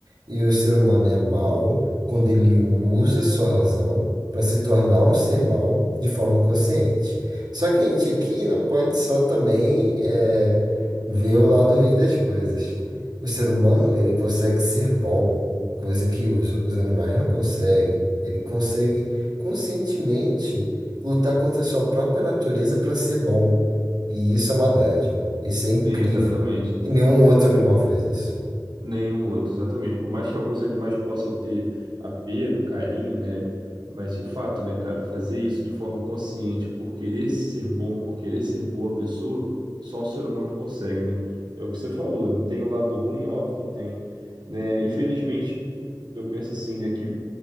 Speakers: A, on the right; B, on the right.
A: E o ser humano é mau quando ele usa sua razão para se tornar um ser mau de forma consciente. Só que a gente aqui não pode só também é, ver o lado ruim das coisas. O ser humano, ele consegue ser bom coisa que os, os animais não conseguem. Ele consegue conscientemente lutar contra a sua própria natureza para ser bom. E isso é uma dádiva. Isso é incrível.
B: Sim, exatamente.
A: E nenhum outro animal faz isso.
B: Nenhum outro, exatamente. Por mais que alguns animais possam ter apego, carinho, né? Mas de fato, né, cara, fazer isso de forma consciente, por querer ser bom, por querer ser boa pessoa, só um ser humano consegue, né? É o que você falou, né? Tem o lado ruim, óbvio que tem, né? Infelizmente, eu penso assim, né, que